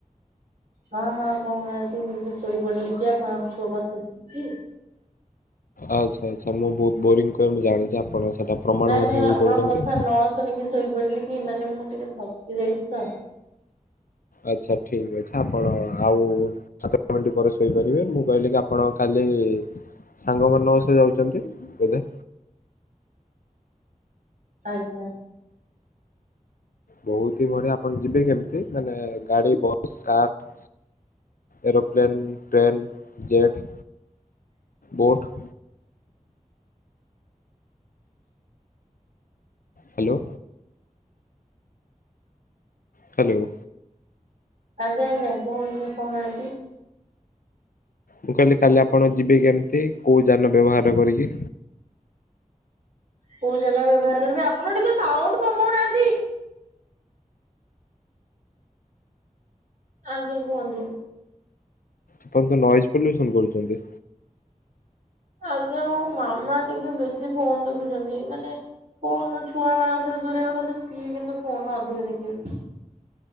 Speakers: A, on the right; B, on the left.
A: ହଁ ହଁ କହୁନାହାନ୍ତି ମୁଁ ଟିକେ ଶୋଇପଡିଲି ଯେ ଆପଣଙ୍କ କୁହ କଥା ଶୁବୁଚି।
B: ଆଚ୍ଛା ଆଚ୍ଛା ମୁଁ ବହୁତ ବୋରିଙ୍ଗ କହେ ମୁଁ ଜାଣିଚି। ଆପଣ ସେଇଟା ପ୍ରମାଣ
A: ନାଇଁ
B: ମଧ୍ୟ
A: ନାଇଁ ଆପଣଙ୍କ
B: ବି କରୁଛନ୍ତି।
A: କଥା ନ ଶୁଣିକି ଶୋଇପଡିଲି କି ମାନେ ମୁଁ ଟିକେ ଥକି ଯାଇଚି ତ।
B: ଆଚ୍ଛା ଠିକ୍ ଅଛି ଆପଣ ଆଉ ସାତ ମିନିଟ ପରେ ଶୋଇପାରିବେ ମୁଁ କହିଲି କି ଆପଣ କାଲି ସାଙ୍ଗ ମାନଙ୍କ ସହ ଯାଉଛନ୍ତି ବୋଧେ?
A: ଆଜ୍ଞା।
B: ବହୁତ ହି ବଢିଆ ଆପଣ ଯିବେ କେମିତି ମାନେ ଗାଡି bus car? Aeroplane train jet boat? Hello. Hello.
A: ଆଜ୍ଞା ଆଜ୍ଞା କୁ କହୁନାହାନ୍ତି।
B: ମୁଁ କହିଲି କାଲି ଆପଣ ଯିବେ କେମିତି କୋଉ ଯାନ ବ୍ୟବହାର କରିକି?
A: କୋଉ ଜାଗା ବ୍ୟବହାର କରିବେ ଆପଣ ଟିକେ ସାଉଣ୍ଡ କମଉନାହାନ୍ତି। ଆଜ୍ଞା କୁହନ୍ତୁ।
B: ଆପଣ ତ ନଏଜ ପଲ୍ୟୁସନ କରୁଛନ୍ତି।
A: ଆଜ୍ଞା ମୋ ମାମା ଟିକେ ବେଶୀ ଫୋନ ଦେଖୁଛନ୍ତି ମାନେ ଫୋନ ଛୁଆ ମାନ ରୁ ଦୂରେଇବା କଥା ସିଏ କିନ୍ତୁ ଫୋନ ଅଧିକ ଦେଖିବେ।